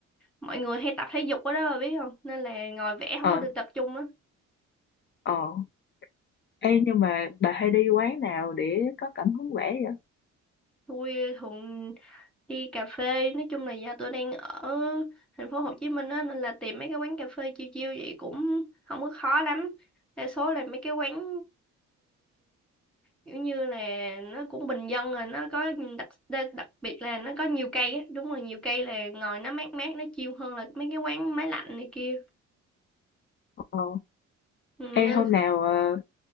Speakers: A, in the centre; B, on the left (about 40°).
A: mọi người hay tập thể dục ở đó bà biết không nên là ngồi vẽ không
B: Ờ,
A: có được tập trung á
B: ờ. Ê, nhưng mà bà hay đi quán nào để có cảm hứng vẽ vậy?
A: tôi thường đi cà phê nói chung là do tôi đang ở thành phố Hồ Chí Minh á nên là tìm mấy cái quán cà phê chill chill vậy cũng không có khó lắm đa số là mấy cái quán kiểu như là nó cũng bình dân rồi nó có đặc đa- đặc biệt là nó có nhiều cây á đúng rồi nhiều cây là ngồi nó mát mát nó chill hơn là mấy cái quán máy lạnh này kia
B: Ờ.
A: ừ,
B: Ê,
A: nên
B: hôm nào ờ,